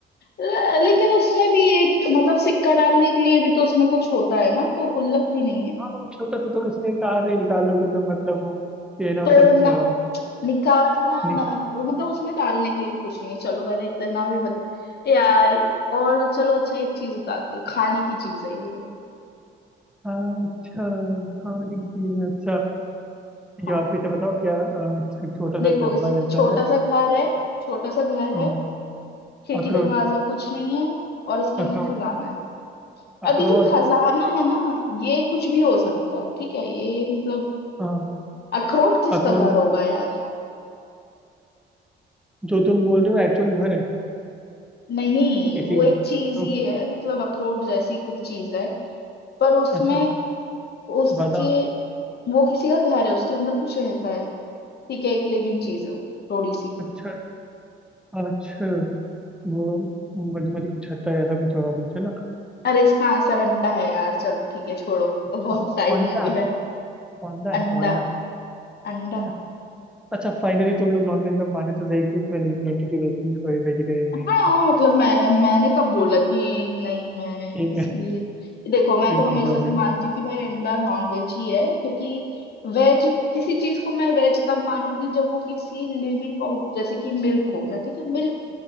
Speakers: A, on the left (about 55°); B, in the centre.
A: ल- लेकिन उसमें भी एक मतलब सिक्का डालने के लिए भी तो उसमें कुछ होता है ना तो गुल्लक भी नहीं है
B: हाँ वो छोटा सा तो उसने कहा से ही निकालोगे तो मतलब वो ये है ना
A: तोड़ना
B: वो सब अ,
A: निकालना
B: नि-
A: डाल मतलब उसमें डालने के लिए भी कुछ नहीं है चलो मैंने इतना भी बता यार और चलो अच्छा एक चीज बताती हूँ खाने की चीज है ये
B: अच्छा खाने की चीज है अच्छा ये
A: हाँ
B: आप इसे बताओ क्या अ, एक छोटा सा
A: देखो
B: डब्बा
A: इस
B: जैसा
A: छोटा
B: है
A: सा घर है छोटा सा घर
B: अ,
A: है खिड़की
B: अखरोट
A: दरवाजा कुछ नहीं है और इसके अंदर
B: अखरोट
A: खजाना है
B: अखरोट
A: अभी जो खजाना है ना ये कुछ भी हो सकता है ठीक है ये मतलब
B: हाँ
A: अखरोट किसका
B: अखरोट
A: घर होगा यार
B: जो तुम बोल रहे हो एक्चुअल घर है
A: नहीं
B: इसी
A: वो
B: का
A: एक चीज
B: तो
A: ही है मतलब अखरोट जैसी कुछ चीज है पर उसमें
B: अच्छा
A: उसके
B: बादाम
A: वो किसी का घर है उसके अंदर कुछ रहता है ठीक है एक लिविंग चीज है वो थोड़ी सी
B: अच्छा अच्छा वो मधुमति कुछ होता है ऐसा कुछ होगा कुछ है ना
A: अरे इसका आंसर अंडा है यार चलो ठीक है छोड़ो
B: अच्छा
A: बहुत टाइम
B: औंधा
A: हो गया
B: औंधा
A: अंडा
B: है औंधा
A: अंडा
B: अच्छा अच्छा फाइनली तुम लोग नॉनवेज लोग माने तो सही कि उसमें लिविंग एंटिटी रहती है कोई वेजिटेरियन
A: हाँ
B: नहीं होता
A: मतलब मैं मैंने कब बोला कि नहीं मैं
B: ठीक
A: इस-
B: है
A: ये देखो मैं
B: ठीक
A: तो हमेशा
B: है जो
A: से
B: भी हो।
A: मानती हूँ कि भाई अंडा नॉन वेज ही है क्योंकि वेज किसी चीज को मैं वेज तब मानूंगी जब वो किसी लिविंग जैसे कि मिल्क हो गया ठीक है मिल्क